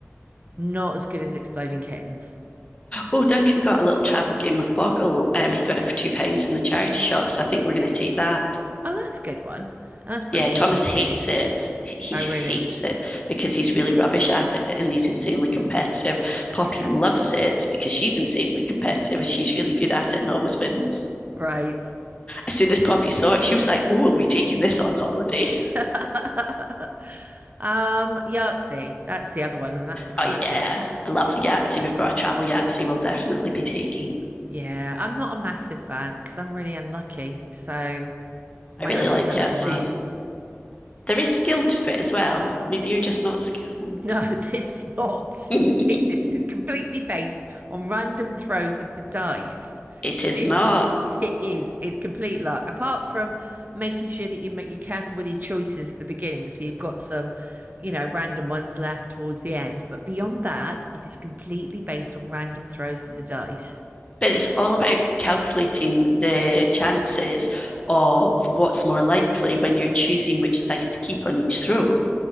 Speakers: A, on the right; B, on the left.
A: not as good as Exploding Kittens.
B: Oh, Duncan got a little travel game of Boggle. Um, he got it for two pounds in the charity shop, so I think we're going to take that.
A: Oh, that's a good one. And that's pretty
B: Yeah,
A: easy
B: Thomas
A: to
B: hates
A: do.
B: it. He
A: I
B: hates
A: really,
B: it because he's really rubbish at it and he's insanely competitive. Poppy
A: yeah,
B: loves it because she's insanely competitive and she's really good at it and always wins.
A: right.
B: As soon as Poppy saw it, she was like, Oh, are we taking this on holiday? <laughs>
A: <laughs> Um, Yahtzee, that's the other one, and that's a classic.
B: Oh, yeah. I love the Yahtzee. We've got a travel Yahtzee we'll definitely be taking.
A: Yeah, I'm not a massive fan because I'm really unlucky. So my
B: I really
A: numbers
B: like
A: never
B: Yahtzee.
A: come up.
B: There is skill to it as well. Maybe you're just not skilled.
A: No, <laughs> it's not.
B: <laughs> it
A: It's just completely based on random throws of the dice. <laughs>
B: is
A: It,
B: not.
A: it is. It's complete luck. Apart from making sure that you make you're careful with your choices at the beginning, so you've got some, you know, random ones left towards the end. But beyond that, it is completely based on random throws of the dice.
B: But it's all about calculating the chances of what's more likely when you're choosing which dice to keep on each throw.